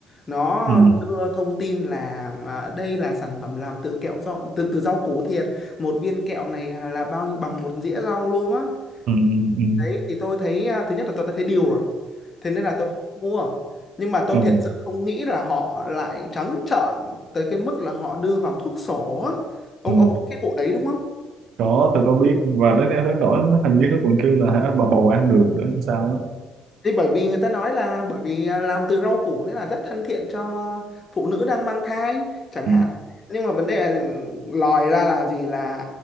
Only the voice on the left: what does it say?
nó
đưa thông tin là à, đây là sản phẩm làm từ kẹo rau từ từ rau củ thiệt một viên kẹo này là bao nhiêu- bằng một dĩa rau luôn á
đấy thì tôi thấy à, thứ nhất là tôi đã thấy điều rồi thế nên là tôi không mua nhưng mà tôi
thiệt sự không nghĩ là họ lại trắng trợn tới cái mức là họ đưa vào thuốc sổ á. ông
ông biết cái vụ đấy đúng không
thì bởi vì người ta nói là bởi vì à, làm từ rau củ nên là rất thân thiện cho phụ nữ đang mang thai chẳng
hạn nhưng mà vấn đề là ừ, lòi ra là gì là